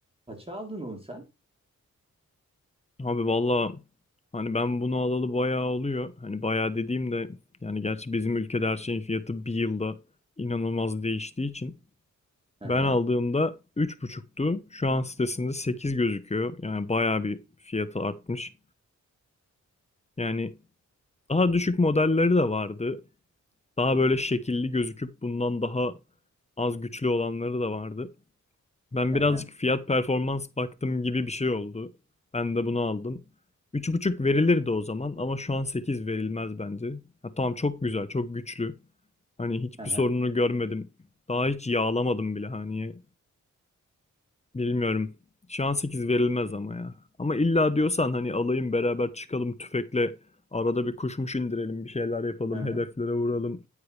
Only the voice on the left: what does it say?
Abi valla hani ben bunu alalı bayağı oluyor. Hani bayağı dediğim de yani gerçi bizim ülkede her şeyin fiyatı bir yılda inanılmaz değiştiği için
ben
aldığımda üç buçuktu Şu an sitesinde 8 gözüküyor. Yani bayağı bir fiyatı artmış. Yani daha düşük modelleri de vardı. Daha böyle şekilli gözüküp bundan daha az güçlü olanları da vardı. Ben
birazcık fiyat performans baktım gibi bir şey oldu. Ben de bunu aldım. Üç buçuk verilirdi o zaman ama şu an 8 verilmez bence. Ha, tamam çok güzel, çok güçlü. Hani hiçbir
sorununu görmedim. Daha hiç yağlamadım bile hani. Bilmiyorum. Şu an 8 verilmez ama ya. Ama illa diyorsan hani alayım beraber çıkalım tüfekle arada bir kuşmuş indirelim, bir şeyler yapalım,
hedeflere vuralım.